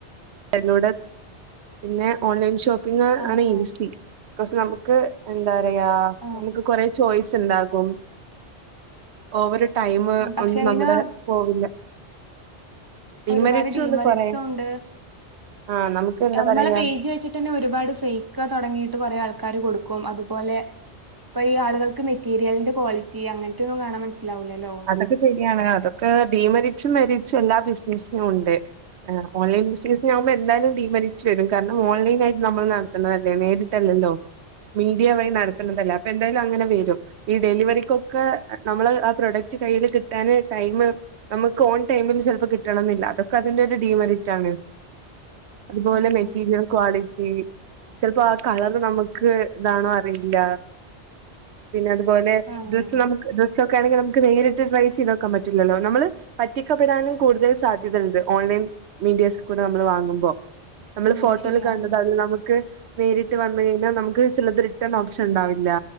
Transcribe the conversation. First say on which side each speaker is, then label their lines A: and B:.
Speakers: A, on the right; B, on the right.
A: എന്നോട് പിന്നെ ഓൺലൈൻ ഷോപ്പിംഗ
B: ആഹ്
A: ആണ് ഇത്
B: ആഹ്
A: ഈസി പക്ഷ നമുക്ക് എന്താ പറയാ
B: ആഹ്
A: നമുക്ക് കൊറെ ചോയ്സ് ഉണ്ടായിരുന്നു ഓവർ ടൈമ
B: പക്ഷെ
A: ഒന്നും
B: അയിന്
A: നമ്മടെ പോവില്ല ഡീമെറിറ്റ്സും
B: ഒരുപാട് ഡീമറിറ്റ്സും
A: ഉണ്ട് കൊറെ
B: ഉണ്ട്
A: ആഹ് നമുക്ക് എന്താ
B: നമ്മളെ
A: പറയാ
B: പേജ് വെച്ചി തന്നെ ഒരുപാട് ഫേക്ക് തുടങ്ങിയിട്ട് കുറേ ആൾക്കാാര് കൊടുക്കും അതുപോലെ ഇപ്പ ആുകൾക്ക് മെറ്റീരിലിന്റെ ക്വാളിറ്റി അങ്ങനത്തെൊന്നും കാണാൻ മനസാവില്ലല്ലോ
A: അതൊക്കെ ശരിയാണ് അതൊക്കെ ഡിമെറിസ്സ് മെറിസ്സ് എല്ലാ ബിസിനസിനും ഉണ്ട് ആ ഓലൈൻ ബിസിനീസ ആുമ്പോ എന്തായാലും ഡിമെറിസ്സ് വരും കാരണം ഓൺലൈനായിട്ട് നമ്മൾ നടതല്ലേ നേരിട്ടല്ലല്ലോ മീഡിയ വഴി നടത്തുന്നതല്ലേ അപ്പൊ എന്തായാലും അങ്ങനെ വരും ഈ ഡെലിവറിക്കൊക്കെ നമ്മള് ആ പ്രൊഡക്റ്റ് കയ്യിയില് കിട്ടാന് ടൈം നമുക്ക് ഓൺ ടൈമിൽ ചിലപ്പോ കിട്ടണം എന്നില്ല അതൊക്കെ അതിന്റെ ഒരു ഡീമെരിറ്റ് ആണ് അതുപോലെ
B: ആഹ്
A: മെറ്റീരിയൽസ്
B: ആഹ്
A: ക്വാളിറ്റി ചിലപ്പോ ആ കളറ് നമുക്ക് ഇതാണോ അറിയില്ല പിന്നെ അതുപോലെ
B: ആഹ്
A: ഡ്രസ്സ് ഒക്കെ ആണെങ്കിൽ നക്ക് നേരിട്ട് ട്രൈ ചെയ്ത് നോക്കാൻ പറ്റില്ലല്ലോ നമ്മള് പറ്റിക്കപെടാനും കൂടുതൽ സാധ്യതയുണ്ട് ഓൺലൈൻ മീഡിയാസ്ൽ കൂടെ നമ്മള് വാങ്ങുമ്പോ നമ്മള്
B: ആഹ്
A: ഫോട്ടോൽ
B: അത് ശരിയാണ്
A: കണത് അൽ നമുക്ക് നേരിട്ട് വന്ന കഴിഞ്ഞാൽ നമുക്ക് ചിലത് റിട്ടേൺ ഓപ്ഷൻ ഉണ്ടാവില്ല